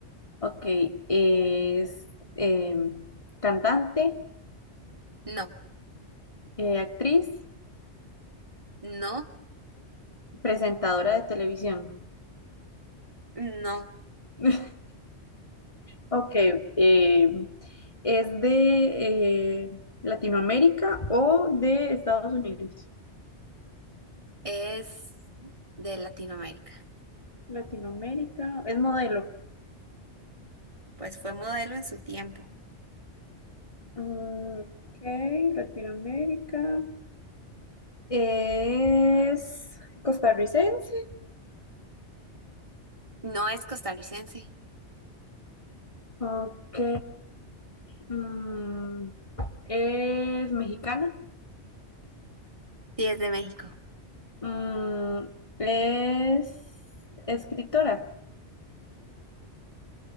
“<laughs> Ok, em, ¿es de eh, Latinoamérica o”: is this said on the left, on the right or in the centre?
Left